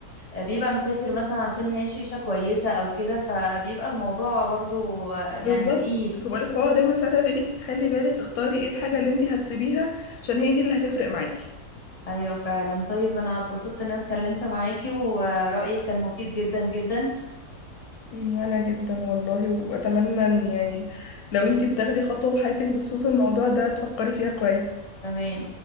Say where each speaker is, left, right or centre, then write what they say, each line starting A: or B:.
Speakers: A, on the left (about 30°); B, on the left (about 75°).
A: بيبقى مسافر مثلا عشان يعيش عيشة كويسة او كده فبيبقى الموضوع برضو يعني
B: بالظبط
A: تقيل
B: فبقولك فهو دايما ساعتها يقول لي خلي بالك اختاري ايه الحاجة اللي انت هتسيبيها عشان هي دي اللي هتفرق معاكي
A: ايوه فعلا طيب انا اتبسطت ان انا اتكلمت معاكي ورأيك كان مفيد جدا جدا
B: مم، وانا جدا والله واتمنى ان يعني لو انتي بتاخدي خطوة في حياتك بخصوص الموضوع ده تفكري فيها كويس
A: تمام